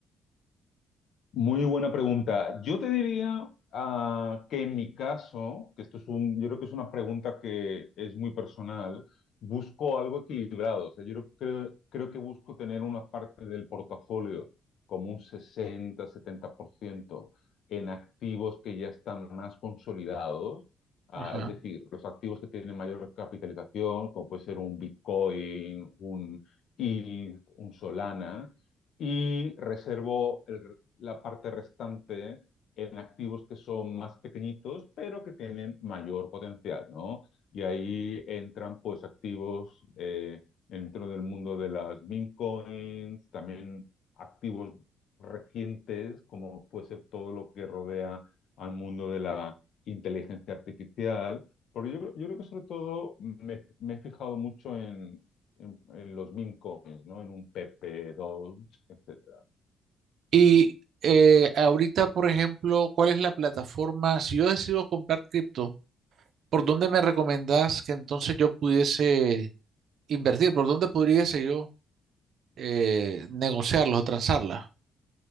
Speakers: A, on the left; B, on the right.
A: Muy buena pregunta. Yo te diría ah, que en mi caso, que esto es un, yo creo que es una pregunta que es muy personal, busco algo equilibrado. O sea, yo creo, creo que busco tener una parte del portafolio como un sesenta setenta por ciento en activos que ya están más consolidados. Ah,
B: Ajá.
A: es decir, los activos que tienen mayor capitalización, como puede ser un Bitcoin, un ETH, un Solana y reservo el, la parte restante en activos que son más pequeñitos, pero que tienen mayor potencial, ¿no? Y ahí entran pues activos eh, dentro del mundo de las meme coins, también activos recientes, como puede ser todo lo que rodea al mundo de la inteligencia artificial. Porque yo, yo creo que sobre todo me, me he fijado mucho en, en, en los meme coins, ¿no? En un PP2, etc.
B: Y eh, ahorita, por ejemplo, ¿cuál es la plataforma? Si yo decido comprar cripto, ¿por dónde me recomendás que entonces yo pudiese invertir? ¿Por dónde pudiese yo eh, negociarlos o transarlas?